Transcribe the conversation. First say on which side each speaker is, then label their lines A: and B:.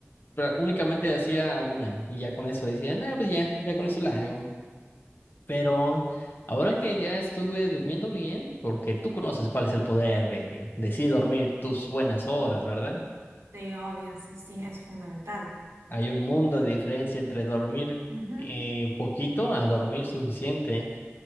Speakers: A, on the left; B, on the right.
A: pra- únicamente hacía una y ya con eso decía, nada, pues ya, ya con eso la hago. Pero ahora
B: <laughs>
A: que ya estuve durmiendo bien, porque tú conoces cuál es el poder de, de sí dormir tus buenas horas, ¿verdad?
B: Sí, obvio, sí, sí, es fundamental.
A: Hay un mundo de diferencia entre dormir
B: Ujú,
A: eh, poquito a dormir suficiente.